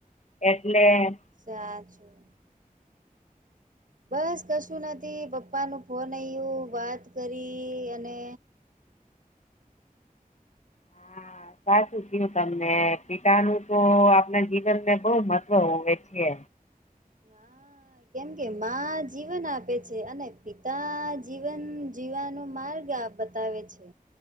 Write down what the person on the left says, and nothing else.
એટલે
હા સાચું કયું તમને પિતા નું તો આપણા જીવનને બહુ મહત્વ હોવે છે.